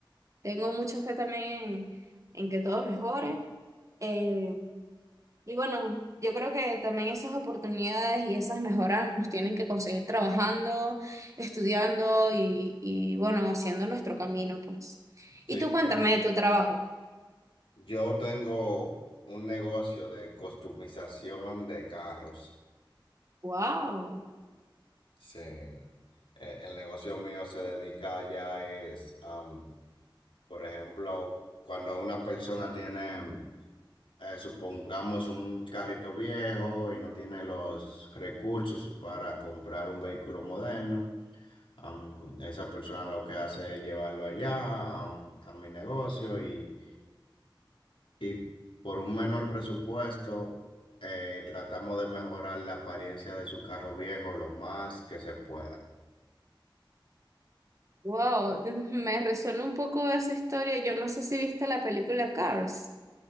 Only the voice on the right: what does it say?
tengo mucha fe también en, en que todo mejore. eh, y bueno, yo creo que también esas oportunidades y esas mejoras nos tienen que conseguir trabajando, estudiando y, y bueno, haciendo nuestro camino, pues.
Y tú cuéntame
de tu trabajo.
Wow,
wow, <laughs> me resuena un poco esa historia. Yo no sé si viste la película Cars.